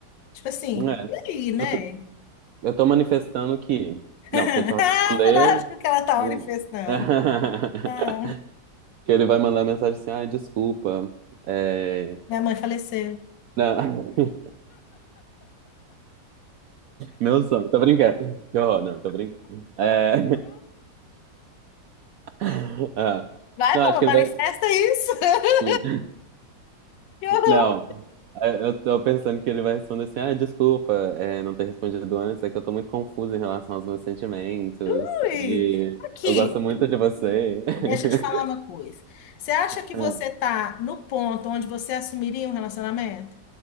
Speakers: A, on the left (about 80°); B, on the right (about 75°).
A: tipo assim,
B: é,
A: e aí, né?
B: eu, tô, eu tô manifestando que.
A: <laughs>
B: Não, se ele só
A: Ah,
B: responder.
A: Lógico que ela tá
B: né?
A: manifestando.
B: <laughs>
A: Ah,
B: Que ele vai mandar mensagem assim: ai, desculpa. É,
A: minha mãe faleceu.
B: não, <laughs> meu sonho, tô brincando. Que horror, não, tô brincando. É, <laughs> ah,
A: Vai,
B: não,
A: pô,
B: acho que
A: manifesta
B: ele vai.
A: isso. <laughs>
B: hum,
A: Que horror,
B: Não, é, eu tô pensando que ele vai responder assim: ah, desculpa, é, não ter respondido antes, é que eu tô muito confusa em relação aos meus sentimentos
A: Luiz.
B: e
A: Aqui,
B: eu gosto muito de você. <laughs>
A: deixa eu te falar uma coisa. Você acha que
B: É,
A: você tá no ponto onde você assumiria um relacionamento?